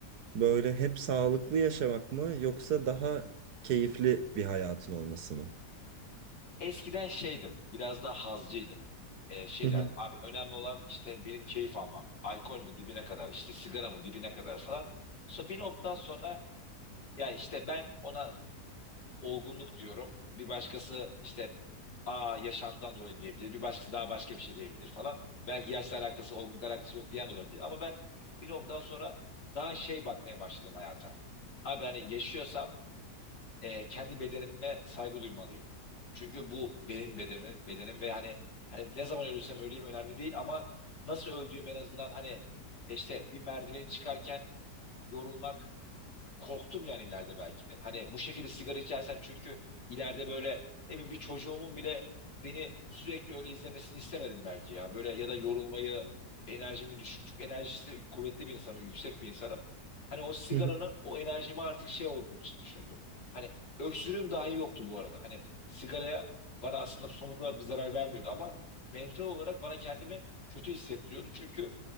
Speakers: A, on the right; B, on the left.
A: böyle hep sağlıklı yaşamak mı yoksa daha keyifli bir hayatın olması mı?
B: Eskiden şeydim, biraz daha hazcıydım. Ee, şey
A: Hı hı.
B: derdim, abi önemli olan işte benim keyif almam. Alkol mü dibine kadar, işte sigara mı dibine kadar falan. Sonra bir noktadan sonra ya işte ben ona olgunluk diyorum. Bir başkası işte a yaşantıdan dolayı diyebilir. Bir başkası daha başka bir şey diyebilir falan. Belki yaşla alakası, olgunlukla alakası yok diyen de olabilir. Ama ben bir noktadan sonra daha şey bakmaya başladım hayata. Abi hani yaşıyorsam e, kendi bedenime saygı duymalıyım. Çünkü bu benim bedenim, bedenim ve hani hani ne zaman ölürsem öleyim önemli değil ama nasıl öldüğüm en azından hani e, işte bir merdiveni çıkarken yorulmak korktum yani ileride belki de. Hani bu şekilde sigara içersem çünkü ileride böyle ne bileyim bir çocuğumun bile beni sürekli öyle izlemesini istemedim belki ya. Böyle ya da yorulmayı, enerjimi düşük. Çünkü enerjisi kuvvetli bir insanım, yüksek bir insanım. Hani o sigaranın
A: Hı hı.
B: o enerjime artık şey olduğunu düşündüm. Hani öksürüğüm dahi yoktu bu arada. Hani sigaraya bana aslında somut olarak bir zarar vermiyordu ama mental olarak bana kendimi kötü hissettiriyordu. Çünkü